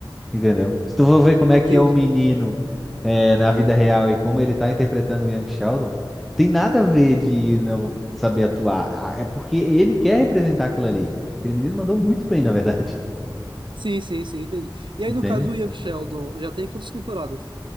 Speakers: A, in the centre; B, on the right.
A: Entendeu? Se tu for ver como
B: Entende?
A: é que é o menino é, na vida real e como ele tá interpretando o Young Sheldon, tem nada a ver de não saber atuar. Ah, É porque ele quer representar aquilo ali. Aquele menino mandou muito bem, na verdade.
B: Sim, sim, sim, entendi. E aí,
A: <laughs> Entende?
B: no caso do Young Sheldon, já tem quantas temporadas?